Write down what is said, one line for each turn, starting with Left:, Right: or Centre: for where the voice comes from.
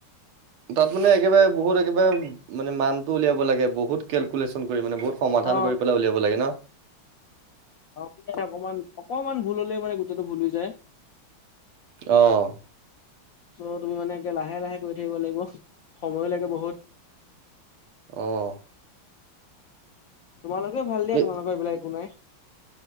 Right: তাত মানে একেবাৰে বহুত একেবাৰে মানে মানটো উলিয়াব লাগে বহুত কেলকুলেশ্যন কৰি মানে বহুত। সমাধান
Left: অ
Right: কৰি পেলাই উলিয়াব লাগে ন?
Left: অ অকমান অকমান ভুল হলে মানে গোটেইটো ভুল হৈ যায়।
Right: অ
Left: চ' তুমি মানে একে লাহে লাহে কৰি থাকিব লাগিব সময়ো লাগে বহুত।
Right: অ
Left: তোমালোকে ভাল দিয়া
Right: এ
Left: তোমোকৰ এইবিলাক একো নাই।